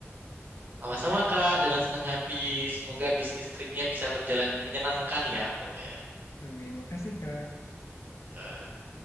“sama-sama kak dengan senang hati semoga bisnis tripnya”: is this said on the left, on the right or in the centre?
Right